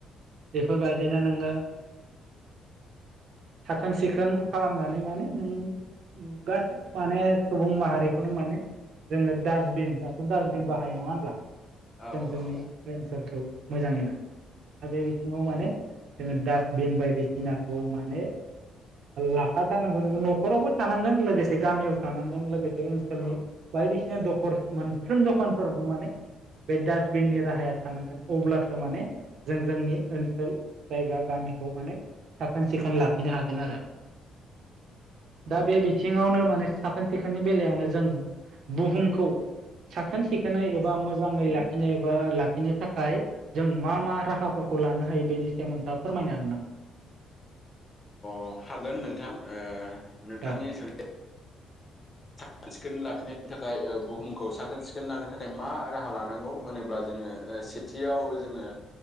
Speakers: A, on the right; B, on the left.
A: बेफोरबायदिनो नोङो साखोन सिखोन खालामनानै माने नों गासै माने सुबुं माहारि बखौनो मानो जोंङो डास्टबिन दाथ डास्टबिन बाहायो नंङा होनब्ला
B: औ
A: जों जोंनि
B: औ
A: बे ओनसोलखौ मोजांङै लाखिनो थाखाय दा बे बिथिंङाव माने जोंङो डास्टबिन बायदिसिनाखौ माने लाखाथारनांगौ न'खरावबो थानांगोन लोगोसे गामियाव थानांगोन लोगोसे बे ओनसोलनि
B: अ
A: बायदिसिना दखर मोनफ्रोम दखानफोरावनो माने बे डास्टबिननि राहाया थानांगोन अब्लासो माने जों जोंनि ओनसोल जायगा गामिखौ माने साखोन सिखोन लाखिनो हागोन आरो दा बे बिथिंङावनो माने साखोन सिखोननि बेलायावनो जों बुहुमखौ साखोन सिखोनै एबा मोजाङै लाखि नो बा लाखिनो थाखाय जों मा मा राहाफोरखौ लानो हायो बेनि सायाव नोंथाङा फोरमायनो हागोन नामा?
B: अ हागोन नोंथां नोंथांनि
A: औ
B: सों साखोन सिखोनै लाखिनायनि थाखाय बुहुमखौ साखोन सिखोनै लांनो थाखाय मा राहा लानांगौ होनोब्ला जोंङो सेथियाव जोंङो